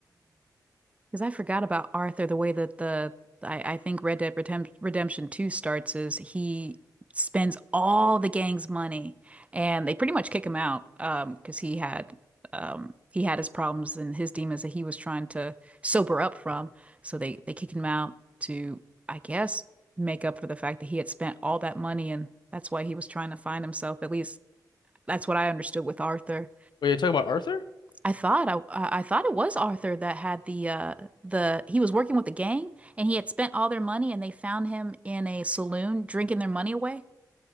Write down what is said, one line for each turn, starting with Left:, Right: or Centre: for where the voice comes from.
Right: Because I forgot about Arthur, the way that the I, I think Red Dead Redemp- Redemption 2 starts is he spends all the gang's money and they pretty much kick him out um because he had um he had his problems and his demons that he was trying to sober up from. So they they kicked him out to I guess make up for the fact that he had spent all that money and that's why he was trying to find himself. At least that's what I understood with Arthur.
Left: Wait, you're talking about Arthur?
Right: I thought I I I thought it was Arthur that had the uh the he was working with the gang and he had spent all their money and they found him in a saloon drinking their money away.